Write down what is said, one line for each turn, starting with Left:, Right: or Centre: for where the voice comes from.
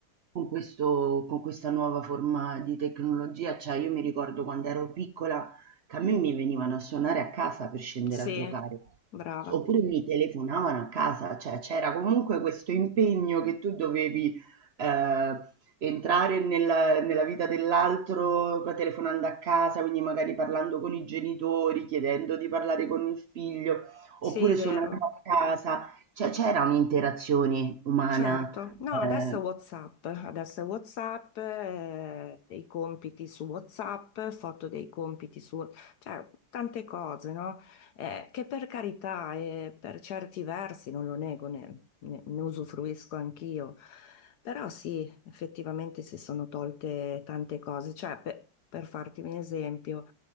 Right: con questo con questa nuova forma di tecnologia, cioè io mi ricordo quando ero piccola che a me mi venivano a suonare a casa per scendere
Left: sì,
Right: a giocare,
Left: brava,
Right: oppure mi telefonavano a casa, cioè c'era comunque questo impegno che tu dovevi eh, entrare nella, nella vita dell'altro co- telefonando a casa, quindi magari parlando con i genitori, chiedendo di parlare con il figlio, oppure
Left: sì, vero,
Right: suonando a casa. Cioè c'era un'interazione umana,
Left: certo. No,
Right: ehm
Left: adesso è WhatsApp, adesso è WhatsApp, eh, i compiti su WhatsApp, foto dei compiti su, cioè tante cose, no? Eh, che per carità e per certi versi, non lo nego, ne, ne- ne usufruisco anch'io, però sì, effettivamente si sono tolte tante cose, cioè per per farti un esempio.